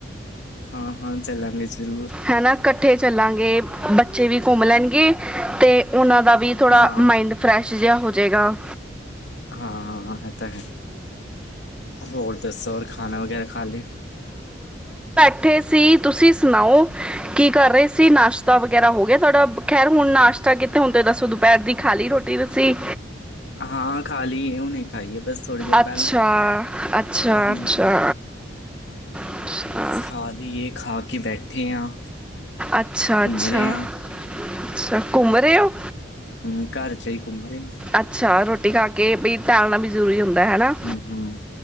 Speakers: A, on the left (about 65°); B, in the centre.
A: ਹਾਂ ਹਾਂ ਚੱਲਾਂਗੇ ਜ਼ਰੂੱਰ
B: ਹਨਾ ਇਕੱਠੇ ਚਲੇ ਚਲਾਂਗੇ ਬੱਚੇ ਵੀ ਘੁੰਮ ਲੈਣਗੇ ਤੇ ਉਹਨਾਂ ਦਾ ਵੀ ਥੋੜਾ
A: ਹਾਂ
B: ਮਾਇੰਡ ਫਰੈਸ਼ ਜਿਹਾ ਹੋ ਜਗਾ
A: ਹਾਂ ਹਾਂ ਹਾਂ ਇਹ ਤਾਂ ਹੈ ਹੋਰ ਦੱਸੋ ਹੋਰ ਖਾਣਾ ਵਗੈਰਾ ਖਾ ਲਿਆ
B: ਇਕੱਠੇ ਸੀ ਤੁਸੀਂ ਸੁਣਾਓ ਕੀ ਕਰ ਰਹੇ ਸੀ ਨਾਸ਼ਤਾ ਵਗੈਰਾ ਹੋ ਗਿਆ ਤੁਹਾਡਾ ਖੈਰ ਹੁਣ ਨਾਸ਼ਤਾ ਕਿਤੇ ਹੁਣ ਤੇ ਦੱਸੋ ਦੁਪਹਿਰ ਦੀ ਖਾਲੀ ਰੋਟੀ ਤੁਸੀਂ
A: ਹਾਂ ਖਾ ਲਈ ਹੁਨੇ ਨਹੀਂ ਖਾਈਏ ਬਸ ਥੋੜ੍ਹੀ ਦੇਰ
B: ਅੱਛਾ
A: ਪਹਿਲਾਂ
B: ਅੱਛਾ
A: ਹਮ,
B: ਅੱਛਾ ਅੱਛਾ
A: ਬਸ ਖਾਲੀ ਇਹ ਖਾ ਕੇ ਬੈਠ ਬੈਠੇ ਹਾਂ
B: ਅੱਛਾ
A: ਘੁੰਮ
B: ਅੱਛਾ
A: ਰਹੇ ਹਾਂ
B: ਅੱਛਾ ਘੁੰਮ ਰਹੇ ਹੋ
A: ਹਮ, ਘਰ 'ਚ ਹੀ ਘੁੰਮ ਰਹੇ
B: ਅੱਛਾ ਰੋਟੀ ਰੋਟੀ ਖਾ ਕੇ ਵੀ ਟੇਲਣਾਂ ਵੀ ਜ਼ਰੂਰੀ ਹੁੰਦਾ ਹਨਾ
A: ਹਮ ਹਮ